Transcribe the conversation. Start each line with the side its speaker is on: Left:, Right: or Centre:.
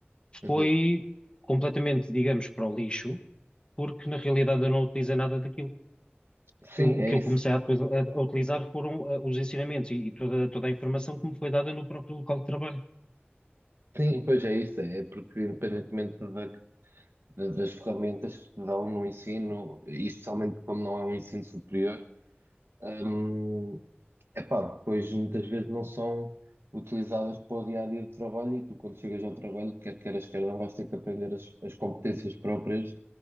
Right: Uhum.
Left: foi completamente, digamos, para o lixo, porque na realidade eu não utilizei nada daquilo.
Right: Sim,
Left: eu- o
Right: é
Left: que eu
Right: isso.
Left: comecei a, depois a- a utilizar foram eh, os ensinamentos e, e toda, toda a informação que me foi dada no próprio local de trabalho.
Right: Sim, pois é isso, é porque independentemente da- da- das ferramentas que te dão no ensino, e especialmente quando não é um ensino superior, hum, Epá, depois muitas vezes não são utilizadas para o dia a dia do trabalho e tu, quando chegas ao trabalho, quer queiras, quer não, vais ter que aprender as, as competências próprias